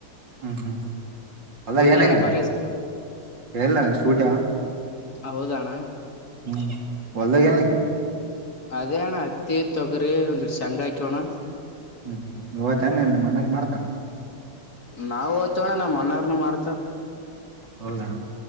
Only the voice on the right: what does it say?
ಹ್ಮ್ ಹ್ಮ್ ಹೊಲ್ದಾಗ
ಏನ ಹಾಕಿದ
ಎಲ್ಲ ಸೂಟ.
ಹ್ಮ್ ಹೊಲ್ದಾಗ ಏನ್ ಹಾಕೇರಿ.
ಹ್ಮ್ ಇವತ್ತು ಏ ಇಲ್ಲ ಮನಲಿ ಮಾಡ್ತ್ರ.
ಹೌದಾ